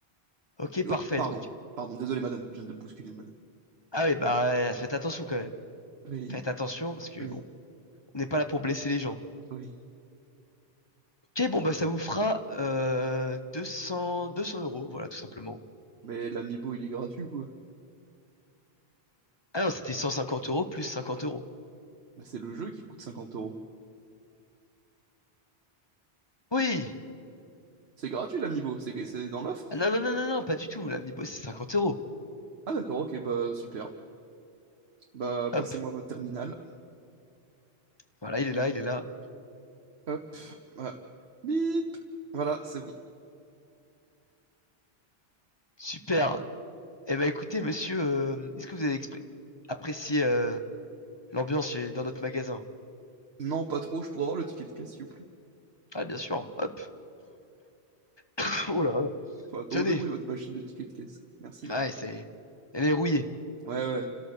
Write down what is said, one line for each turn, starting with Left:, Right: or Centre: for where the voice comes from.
Left: Ok, parfait,
Right: Hop, pardon.
Left: donc.
Right: Pardon, désolé, madame. Je viens de bousculer, madame.
Left: Ah oui, bah, euh, faites attention quand même.
Right: Oui,
Left: Faites attention, parce que
Right: oui,
Left: bon, on n'est pas là pour blesser les gens.
Right: oui.
Left: Ok, bon, bah, ça vous fera euh, deux cents deux cents euros, voilà, tout simplement.
Right: Mais l'amiibo, il est gratuit, ou quoi
Left: Ah non, c'était 150 euros plus 50 euros.
Right: Bah, c'est le jeu qui coûte 50 euros.
Left: Oui!
Right: C'est gratuit l'Amiibo, c'est c'est dans l'offre.
Left: Ah Non, non, non, non, non, pas du tout. L'amiibo, c'est 50 euros.
Right: Ah d'accord, ok, bah super. Bah
Left: Hop,
Right: passez-moi votre terminal.
Left: voilà, il est là, il est là.
Right: Hop, voilà. bip. Voilà, c'est bon.
Left: Super! Eh ben, écoutez, monsieur, euh, est-ce que vous avez expré- apprécié euh, l'ambiance chez- dans notre magasin?
Right: Non, pas trop, je pourrais avoir le ticket de caisse, s'il vous plaît.
Left: Ah, bien sûr, hop! <laughs> Oh là là!
Right: Enfin, drôle
Left: Tenez!
Right: de bruit, votre machine de ticket de caisse. Merci.
Left: Ouais, c'est. Elle est rouillée.
Right: Ouais, ouais,